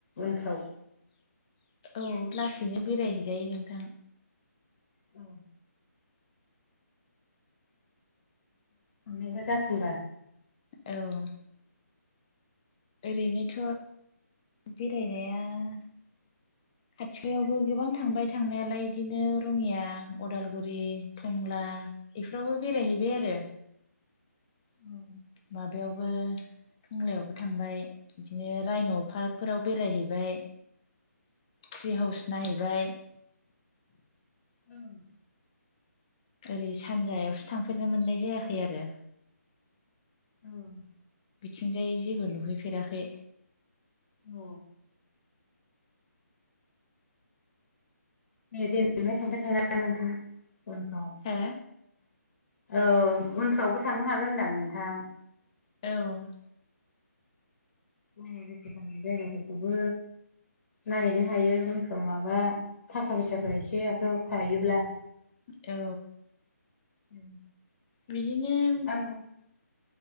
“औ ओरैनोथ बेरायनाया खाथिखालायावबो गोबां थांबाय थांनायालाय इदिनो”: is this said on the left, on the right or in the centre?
Left